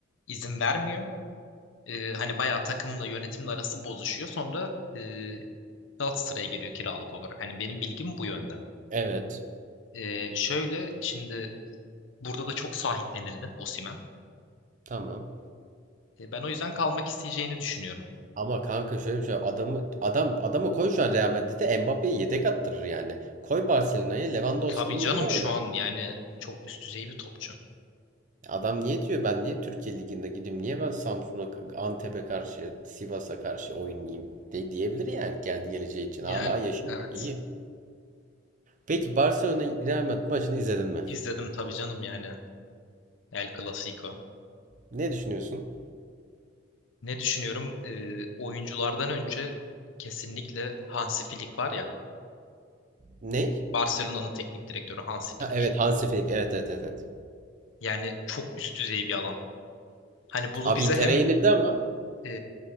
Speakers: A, on the left; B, on the right.
A: izin vermiyor. E, hani bayağı takımla yönetimle arası bozuşuyor. Sonra e, Galatasaray'a geliyor kiralık olarak. Hani benim bilgim bu yönde.
B: Evet.
A: E, şöyle şimdi burada da çok sahiplenildi Osimhen.
B: Tamam.
A: E, ben o yüzden kalmak isteyeceğini düşünüyorum.
B: Ama kanka şöyle bir şey adamı adam adamı koy şu an Real Madrid'e Mbappé'yi yedek attırır yani. Koy Barcelona'ya Lewandowski'nin
A: Tabii canım
B: yerine oynar.
A: şu an yani çok üst düzey bir topçu.
B: Adam niye diyor ben niye Türkiye Ligi'nde gideyim? Niye ben Samsun'a, Antep'e karşı, Sivas'a karşı oynayayım de, diyebilir yani kendi geleceği için.
A: Yani
B: Hala yaşım
A: evet.
B: iyi. Peki Barcelona Real Madrid maçını izledin mi?
A: İzledim tabii canım yani El Clasico.
B: Ne düşünüyorsun?
A: Ne düşünüyorum? Ee, oyunculardan önce kesinlikle Hansi Flick var ya.
B: Ney?
A: Barcelona'nın teknik direktörü Hansi Flick.
B: Ha, evet Hansi Flick. Evet evet evet. evet.
A: Yani çok üst düzey bir adam. Hani bunu
B: Abi
A: bize
B: Inter'e
A: hem
B: yenildi ama.
A: e,